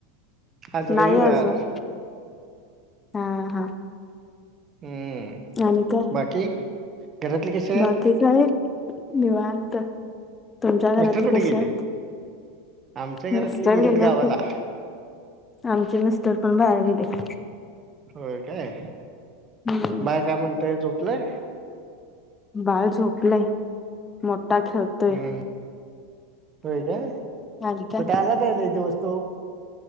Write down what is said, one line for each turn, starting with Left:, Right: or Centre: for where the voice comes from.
Right: आज
Left: नाही
Right: रविवार
Left: अजून हा हा
Right: हम्म
Left: आणि काय?
Right: बाकी घरातले कसे आहेत
Left: बाकी काय? निवांत तुमच्या घरातली
Right: मिस्टर कुठे
Left: कशी
Right: गेले
Left: आहेत?
Right: आमच्या
Left: मिस्टर
Right: घरातले
Left: गेलेत
Right: गावाला
Left: आमचे मिस्टर पण बाहेर गेलेत
Right: होय काय
Left: हम्म
Right: बाळ काय म्हणतय झोपलंय?
Left: बाळ झोपलंय, मोठा खेळतोय.
Right: हम्म होय काय कुठं
Left: आली का
Right: आला नाही लय दिवस तो